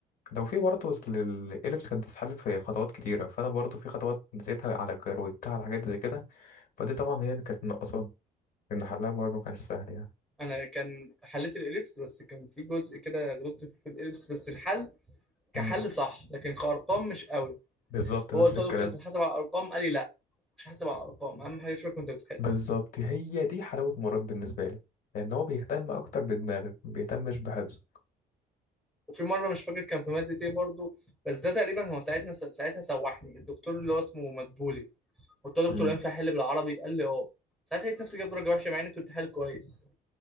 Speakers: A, on the left; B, in the centre.
A: لو في برضه أصل الإليبس كانت بتتحل في خطوات كتيرة فأنا برضه في خطوات نسيتها على كروتها على حاجات زي كده فدي طبعا هي اللي كانت ناقصاني إن حلها برضه مكانش سهل يعني
B: انا كان حليت الاليبس بس كان في جزء كده غلطت فيه في الاليبس بس الحل كحل
A: مم.
B: صح لكن كارقام مش قوي
A: بالظبط نفس
B: هو قلت
A: الكلام
B: له يا دكتور انت حاسب على الارقام قال لي لا مش حاسب على الارقام اهم حاجه شوف انت بتحل
A: بالظبط هي دي حلاوة مراد بالنسبة لي لأن هو بيهتم أكتر بدماغك مبيهتمش بحفظه
B: وفي مره مش فاكر كان في ماده ايه برضو بس ده تقريبا هو ساعتنا ساعتها سوحني الدكتور اللي هو اسمه مدبولي قلت له
A: امم
B: دكتور ينفع احل بالعربي قال لي اه ساعتها لقيت نفسي جايب درجه وحشه مع اني كنت حل كويس